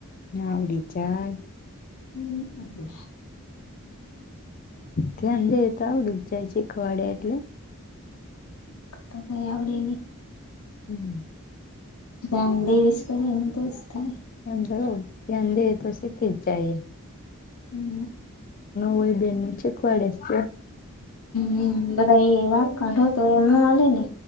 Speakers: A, on the left; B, on the left.
A: આવડી જાય.
B: હમ એતો
A: ધ્યાન દે તો આવડી જ જાય શીખવાડે એટલે.
B: તો કે આવડે ની.
A: હમ.
B: ધ્યાન ડેવિસ કરીએ ને તો જ થાય.
A: એમ તો કેવું ધ્યાન દે તો શીખીજ જાય એ.
B: હમ,
A: હોય બેન ને શીખવાડે જ છે
B: હમ બધાાય એવા કાઢો તો એમ ના હાલે ને.